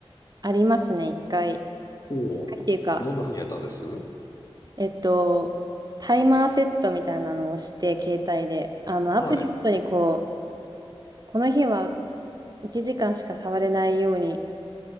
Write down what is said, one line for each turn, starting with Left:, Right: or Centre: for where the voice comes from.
Right: ありますね、一回。一
Left: おお、
Right: 回っていうか、
Left: どんな風にやったんです
Right: えっと、タイマーセットみたいなのをして、携帯で、あの、アプリごとにこう、
Left: はい。
Right: この日は1時間しか触れないように